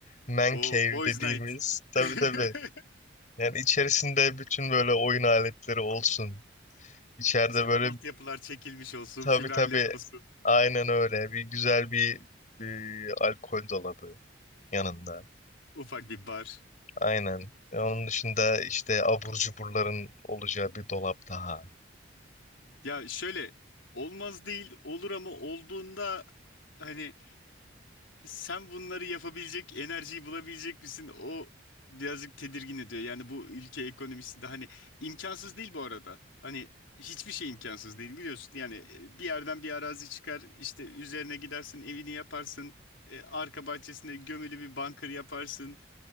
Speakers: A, on the left; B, on the left.
A: man
B: Oo
A: cave
B: Boys
A: dediğimiz.
B: Night.
A: Tabii
B: <laughs>
A: tabii. Yani içerisinde bütün böyle oyun aletleri olsun. İçeride
B: İşte
A: böyle
B: altyapılar çekilmiş olsun,
A: tabii
B: fiberleri
A: tabii
B: olsun.
A: aynen öyle. Bir güzel bir e, alkol dolabı yanında.
B: Ufak bir bar.
A: Aynen. E, Onun dışında işte abur cuburların olacağı bir dolap daha.
B: Ya şöyle olmaz değil olur ama olduğunda hani sen bunları yapabilecek enerjiyi bulabilecek misin? O birazcık tedirgin ediyor. Yani bu ülke ekonomisinde hani imkansız değil bu arada. Hani hiçbir şey imkansız değil biliyorsun. Yani e, bir yerden bir arazi çıkar işte üzerine gidersin evini yaparsın. E, arka bahçesinde gömülü bir bunker yaparsın.